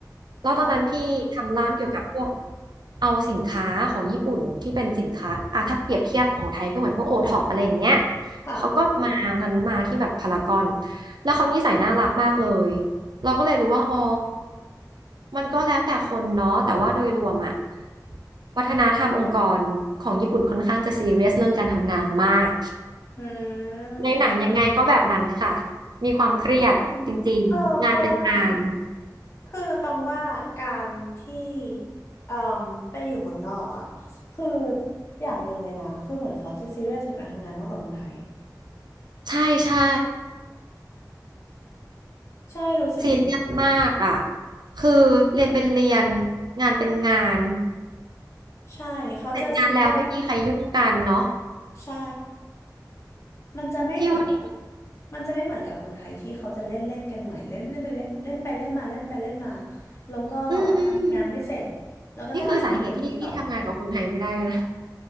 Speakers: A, on the right; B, on the left.
A: แล้วตอนนั้นพี่ทำร้านเกี่ยวกับพวก
B: อ่า
A: เอาสินค้าของญี่ปุ่นที่เป็นสินค้าอ่ะถ้าเปรียบเทียบของไทยก็เหมือนพวกโอท็อปอะไรอย่างเงี้ย
B: ค่ะ
A: เขาก็มารันมาที่แบบพารากอนแล้วเขานิสัยน่ารักมากเลยเราก็เลยรู้ว่าอ๋อมันก็แล้วแต่คนเนาะแต่ว่าโดยรวมอะวัฒนธรรมองค์กรของญี่ปุ่นค่อนข้างจะซีเรียสเรื่องการทำงานมาก
B: อื
A: ในหนังยังไงก็แบบนั้นค่ะ
B: ม
A: มีความเครียดจริงๆงานเป็นงาน
B: จริงๆเออเพราะว่า คือต้องว่าการที่เอ่มไปอยู่เมืองนอกอ่ะคืออย่างหนึ่งเลยนะคือเหมือนเขาจะซีเรียสกับการทำงานมากกว่าเมืองไทย
A: ใช่ใช่
B: ใช่รู้สึกเหมือนกัน
A: ซีเรียสมากอ่ะคือเรียนเป็นเรียนงานเป็นงาน
B: ใช่เขาจะซีเรียส
A: เสร็จงานแล้วไม่มีใครยุ่งกันเนาะ
B: ใช่มันจะไม่เหมือนกับ
A: ที่ว่าดี
B: มันจะไม่เหมือนกับเมืองไทยที่เขาจะเล่นเล่นกันหน่อยเล่นไปเล่นไปเล่นเล่นไปเล่นมาเล่นไปเล่นมาแล้วก็บางงานไม่เสร็จแล้วก็ต้องมาทำโอทีต่อ
A: อืมอืมนี่คือสาเหตุที่พี่ทำงานกับคนไทยไม่ได้เลยนะ